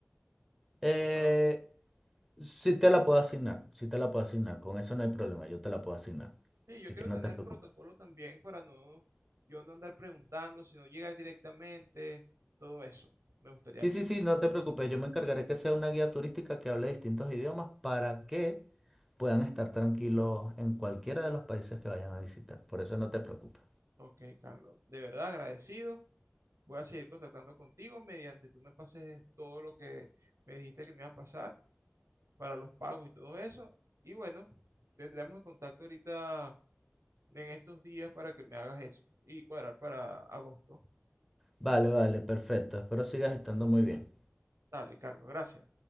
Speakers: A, in the centre; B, on the right.
A: Eh,
B: ¿O solo,
A: sí te la puedo asignar, sí te la puedo asignar. Con eso no hay problema, yo te la puedo asignar.
B: Sí,
A: Así
B: yo quiero
A: que no
B: tener
A: te preocupes.
B: un protocolo también para no, yo no andar preguntando, sino llegar directamente, todo eso. Me gustaría
A: Sí,
B: eso.
A: sí, sí, no te preocupes, yo me encargaré que sea una guía turística que hable distintos idiomas para que puedan estar tranquilos en cualquiera de los países que vayan a visitar. Por eso no te preocupes.
B: Ok, Carlos, de verdad agradecido. Voy a seguir contactando contigo mediante tú me pases todo lo que me dijiste que me iba a pasar para los pagos y todo eso. Y bueno, tendremos el contacto ahorita en estos días para que me hagas eso y cuadrar para agosto.
A: Vale, vale, perfecto. Espero sigas estando muy bien.
B: Dale, Carlos, gracias.